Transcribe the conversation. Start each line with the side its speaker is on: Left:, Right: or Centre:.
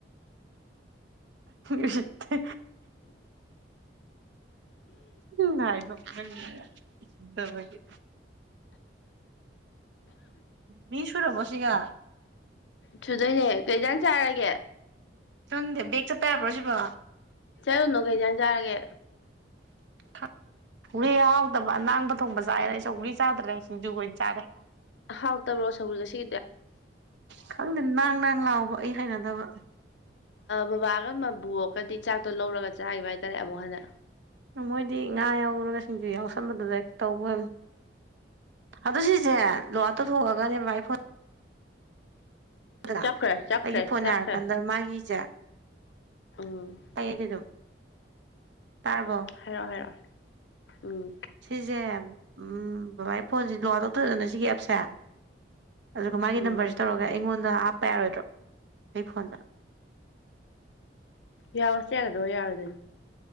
Right: ꯎꯁꯤꯠꯇꯦ ꯒ ꯁꯤ ꯃꯤꯁꯨꯨꯔꯕꯣꯁꯤꯒ
Left: ꯁꯨꯗꯣꯏꯅꯦ ꯀꯩꯇꯥꯟ ꯆꯥꯔꯒꯦ
Right: ꯆꯪꯗꯦ ꯕꯦꯒ ꯆꯠꯄ ꯌꯥꯕ꯭ꯔꯣ ꯁꯤꯕꯣ
Left: ꯆꯠꯂꯨꯅꯣ ꯀꯩꯖꯥꯟ ꯆꯥꯔꯒꯦ
Right: ꯍꯒꯂꯤ ꯍꯥꯎꯗꯕ ꯑꯅꯥꯡꯕ ꯊꯣꯡꯕ ꯆꯥꯏꯔꯅ ꯆꯧꯒꯂꯤ ꯆꯥꯗ꯭ꯔꯦ ꯁꯤꯡꯖꯨꯈꯣꯏ ꯑꯣꯏꯅ ꯆꯥꯔꯦ
Left: ꯍꯥꯎ ꯇꯕꯣ ꯁꯕꯨ ꯁꯤ
Right: ꯈꯜꯅꯥ ꯂꯅꯥ ꯂ ꯑꯣ ꯑꯩ ꯍꯥꯏꯅꯗꯕ
Left: ꯕꯕꯥꯒ ꯃꯕꯨꯑꯒꯗꯤ ꯆꯥꯛꯇꯣ ꯂꯧꯔꯒ ꯆꯥꯈꯤꯕ ꯍꯥꯏꯇꯥꯔꯦ ꯑꯃꯨꯛ ꯍꯟꯅ
Right: ꯃꯣꯏꯗꯤ ꯉꯥ ꯌꯥꯎꯔꯒ ꯁꯤꯡꯖꯨ ꯌꯥꯎꯁꯟꯕꯗꯨꯗ ꯇꯧꯧꯕꯜ ꯑꯗꯨ ꯁꯤꯁꯦ ꯂꯨꯇꯣꯊꯣꯛꯑꯒꯅꯦ ꯚꯥꯏ ꯐꯣꯟ ꯑꯗꯨꯅ
Left: ꯆꯠꯈ꯭ꯔꯦ ꯆꯠꯈ꯭ꯔꯦ
Right: ꯑꯩꯒꯤ ꯐꯣꯟ
Left: ꯆꯠꯈ꯭ꯔꯦ
Right: ꯌꯥꯔꯀꯥꯟꯗ ꯃꯥꯒꯤꯁꯦ
Left: ꯎꯝ
Right: ꯇꯩ ꯑꯗꯨꯝ ꯇꯥꯔꯕꯣ
Left: ꯍꯥꯏꯔꯛꯑꯣ ꯍꯥꯏꯔꯛꯑꯣ ꯎꯝ
Right: ꯁꯤꯁꯦ ꯎꯝ ꯕꯕꯥ ꯑꯩ ꯐꯣꯟꯁꯦ ꯂꯨꯗꯧꯇ꯭ꯔꯗꯅ ꯁꯤꯒꯤ ꯑꯦꯞꯁꯦ ꯑꯗꯨꯒ ꯃꯥꯒꯤ
Left: ꯎꯝ
Right: ꯅꯝꯕꯔꯁꯤ ꯇꯧꯔꯒ ꯑꯩꯉꯣꯟꯗꯞ ꯍꯥꯄ ꯌꯥꯔꯣꯏꯗ꯭ꯔꯣ ꯑꯩ ꯐꯣꯟꯗ
Left: ꯌꯥꯎꯋ ꯌꯥꯒꯗꯧꯕ ꯌꯥꯔꯣꯏꯗꯗꯤ